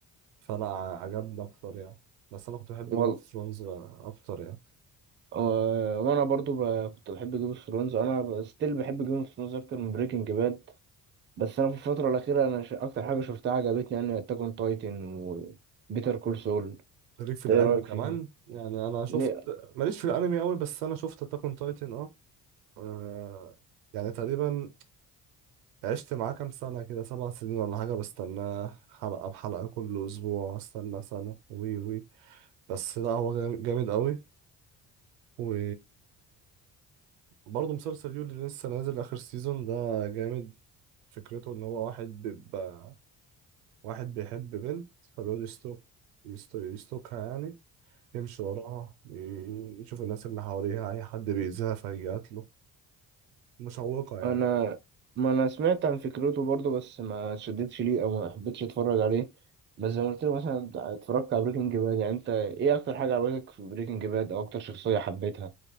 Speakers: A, on the right; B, on the right.
A: فلا عجبني اكتر يعني بس انا كنت بحب
B: والله
A: جيم اوف ثرونز اكتر يعني
B: وانا برضو ب... كنت بحب جيم اوف ثرونز انا ستيل بحب جيم اوف ثرونز اكتر من بريكنج باد بس انا في الفتره الاخيره انا ش... اكتر حاجه شفتها عجبتني يعني اتاك اون تايتن وبيتر كول سول
A: ليك في الانمي
B: ايه رايك
A: كمان
B: فيهم
A: يعني انا شفت
B: ليه
A: ماليش في الانمي قوي بس انا شفت اتاك اون تايتن اه آه، يعني تقريبا عشت معاه كام سنة كده سبع سنين ولا حاجة بستناه حلقة بحلقة كل أسبوع استنى سنة وي وي بس لا هو جام- جامد قوي و برضه مسلسل يولي اللي لسه نازل آخر سيزون ده جامد فكرته إن هو واحد بيبقى واحد بيحب بنت فبيقعد يستوك يستو... يستوكها يعني يمشي وراها ي- يشوف الناس اللي حواليها أي حد بيأذيها فيقتله مشوقة يعني
B: انا ما انا سمعت عن فكرته برضو بس ما شدتش ليه او ما حبيتش اتفرج عليه بس زي ما قلت لك مثلا اتفرجت على بريكنج باد يعني انت ايه اكتر حاجه عجبتك في بريكنج باد او اكتر شخصيه حبيتها